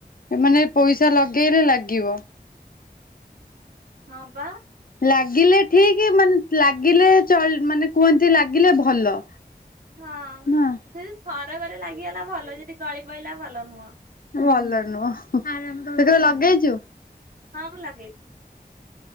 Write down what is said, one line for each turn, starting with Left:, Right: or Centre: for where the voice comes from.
Left: ମାନେ ପଇସା ଲଗେଇଲେ ଲାଗିବ।
Right: ହଁ ପା
Left: ଲାଗିଲେ ଠିକ୍ ମାନେ ଲାଗିଲେ ଚଳ ମାନେ କୁହନ୍ତି ଲାଗିଲେ ଭଲ
Right: ହଁ
Left: ନା
Right: ଯଦି ଥରକରେ ଲାଗିଗଲା ଭଲ ଯଦି ଗଳିପଇଲା ଭଲ ନୁହଁ।
Left: ଭଲ ନୁହଁ ହୁଁ ତୁକେବେ ଲଗେଇଛୁ।
Right: ହଁ ମୁଁ ଲଗେଇଛି।